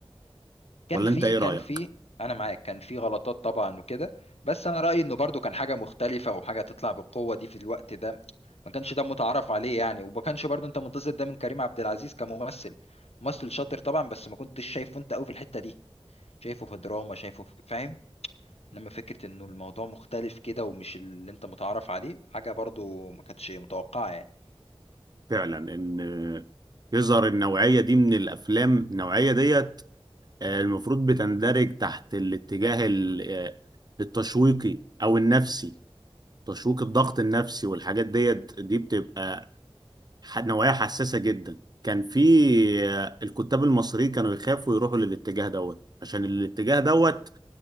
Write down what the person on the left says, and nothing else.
كان
في
كان
في انا معاك كان في غلطات طبعا وكده بس انا رايي انه برضو كان حاجه مختلفه وحاجه تطلع بالقوه دي في الوقت ده ما كانش ده متعارف عليه يعني وما كانش برضو انت منتظر ده من كريم عبد العزيز كممثل ممثل شاطر طبعا بس ما كنتش شايفه انت قوي في الحته دي شايفه في دراما شايفه في فاهم انما فكره انه الموضوع مختلف كده ومش اللي انت متعارف عليه حاجه برضو ما كانتش متوقعه يعني
مم.
مم.